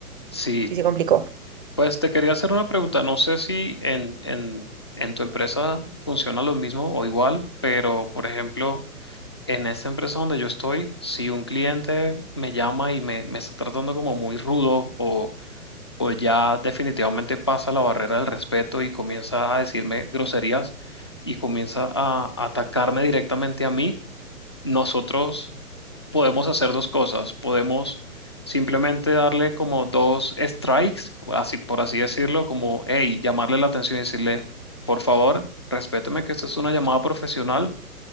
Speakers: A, on the left; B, on the right.
A: Sí,
B: sí se complicó.
A: Pues te quería hacer una pregunta. No sé si en, en, en tu empresa funciona lo mismo o igual, pero por ejemplo, en esta empresa donde yo estoy, si un cliente me llama y me, me está tratando como muy rudo o, o ya definitivamente pasa la barrera del respeto y comienza a decirme groserías y comienza a atacarme directamente a mí, nosotros podemos hacer dos cosas. Podemos simplemente darle como dos strikes, así por así decirlo, como, hey, llamarle la atención y decirle, por favor, respéteme que esto es una llamada profesional.